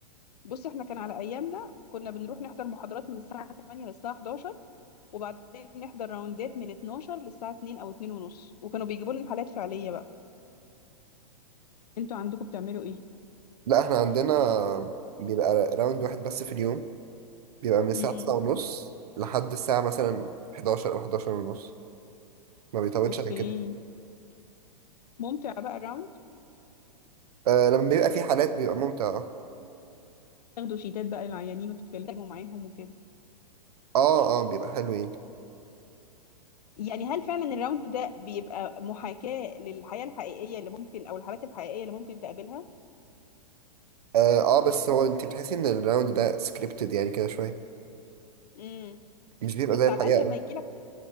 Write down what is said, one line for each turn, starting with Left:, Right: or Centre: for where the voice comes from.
Left: بص احنا كان على ايامنا كنا بنروح نحضر محاضرات من الساعه 8 للساعه 11 وبعدين نحضر راوندات من 12 للساعة 2 أو 2 ونص وكانوا بيجيبوا لنا حالات فعلية بقى انتوا عندكم بتعملوا ايه؟
Right: لا احنا عندنا بيبقى راوند واحد بس في اليوم بيبقى من الساعة
Left: امم
Right: تسعة ونص لحد الساعة مثلا 11 أو 11 ونص ما بيطولش
Left: اوكي
Right: عن كده
Left: ممتع بقى الراوند
Right: آه لما بيبقى في حالات بيبقى ممتع اه
Left: تاخدوا شيتات بقى للعيانين وتتكلموا معاهم وكده
Right: اه آه، بيبقى حلو يعني
Left: يعني هل فعلا الراوند ده بيبقى محاكاة للحياة الحقيقية اللي ممكن أو الحالات الحقيقية اللي ممكن تقابلها؟
Right: اه, آه بس هو انت بتحسي ان الراوند ده سكريبتد يعني كده شوية
Left: امم
Right: مش بيبقى
Left: بس
Right: زي الحقيقة
Left: على الأقل
Right: أوي.
Left: لما يجيلك